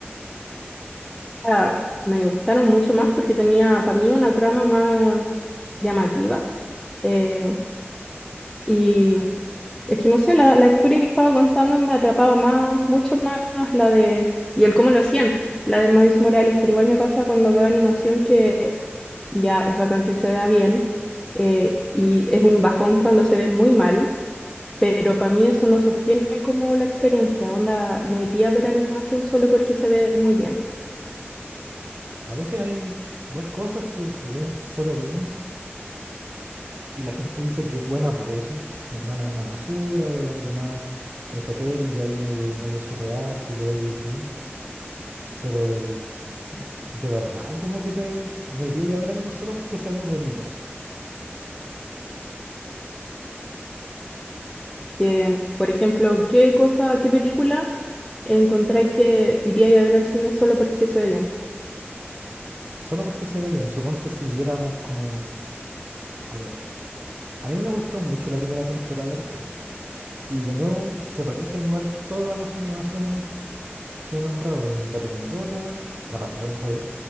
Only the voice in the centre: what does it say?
Ah, me gustaron mucho más porque tenía para mí una trama más llamativa. eh, y es que no sé, la, la historia que estaba contando me atrapaba más, mucho más la de, y el cómo lo hacían, la de Miles Morales. Pero igual me pasa cuando veo animación que ya es bacán que se vea bien. eh, y es un bajón cuando se ve muy mal Pero para mí eso no sostiene como la experiencia. Onda, no iría a ver animación solo porque se ve muy bien.
Que, por ejemplo, ¿qué cosa, qué película encontráis que iría a ver al cine solo porque se ve bien?